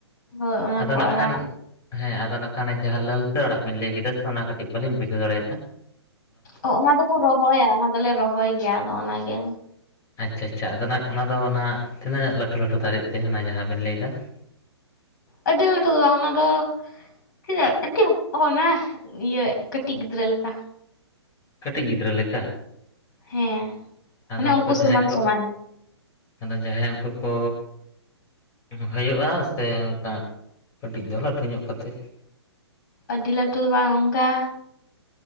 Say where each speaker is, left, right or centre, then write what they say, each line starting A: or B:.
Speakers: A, on the left; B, on the left.
A: ᱦᱳᱭ ᱚᱱᱟ
B: ᱟᱫᱚ
A: ᱠᱚ
B: ᱱᱟᱠᱷᱟᱱ
A: ᱟᱲᱟᱜ
B: ᱦᱮᱸ ᱟᱫᱚ ᱱᱟᱠᱷᱟᱱ ᱡᱟᱦᱟᱸ ᱞᱟᱹᱞᱛᱟᱹ ᱟᱲᱟᱜ ᱵᱤᱱ ᱞᱟᱹᱭ ᱠᱮᱫᱟ ᱥᱮ ᱚᱱᱟ ᱠᱟᱹᱴᱤᱡ ᱵᱟᱞᱤᱧ ᱵᱩᱡᱷᱟᱹᱣ ᱫᱟᱲᱮᱭᱟᱫᱟ ᱾
A: ᱚ ᱚᱱᱟ ᱫᱚᱠᱚ ᱨᱚᱦᱚᱭᱟ, ᱚᱱᱟ ᱫᱚᱞᱮ ᱨᱚᱦᱚᱭ ᱜᱮᱭᱟ ᱟᱫᱚ ᱚᱱᱟ ᱜᱮ᱾
B: ᱟᱪᱪᱷᱟ ᱟᱪᱪᱷᱟ ᱟᱫᱚ ᱱᱟᱜ ᱚᱱᱟ ᱫᱚ ᱱᱟᱜ ᱛᱤᱱᱟᱹᱜ ᱞᱟᱹᱴᱷᱩ ᱞᱟᱹᱴᱷᱩ ᱫᱟᱨᱮᱜ ᱛᱮ ᱚᱱᱟ ᱡᱟᱦᱟᱸ ᱵᱤᱱ ᱞᱟᱹᱭ ᱫᱟ᱾
A: ᱟᱹᱰᱤ ᱞᱟᱹᱴᱩᱜ-ᱟ ᱚᱱᱟ ᱫᱚ ᱪᱮᱫᱟᱜ ᱟᱹᱰᱤ ᱦᱚᱯ ᱚᱱᱟ, ᱤᱭᱟᱹ ᱠᱟᱹᱴᱤᱡ ᱜᱤᱫᱽᱨᱟᱹ ᱞᱮᱠᱟ᱾
B: ᱠᱟᱹᱴᱤᱡ ᱜᱤᱫᱽᱨᱟᱹ ᱞᱮᱠᱟ
A: ᱦᱮᱸ
B: ᱟᱫᱚ
A: ᱚᱱᱮ
B: ᱩᱱᱠᱩ ᱡᱟᱦᱟᱸᱭ
A: ᱥᱚᱢᱟᱱ
B: ᱠᱚ
A: ᱥᱚᱢᱟᱱ
B: ᱟᱫᱚ ᱡᱟᱦᱟᱸᱭ ᱩᱱᱠᱩ ᱠᱚ ᱦᱳᱭᱳᱜᱼᱟ ᱥᱮ ᱚᱱᱠᱟ ᱠᱟᱹᱴᱤᱡ ᱫᱚ ᱞᱟᱹᱴᱷᱩ ᱧᱚᱜ ᱠᱟᱛᱮ᱾
A: ᱟᱹᱰᱤ ᱞᱟᱹᱴᱩ ᱫᱚ ᱵᱟᱝ ᱚᱱᱠᱟ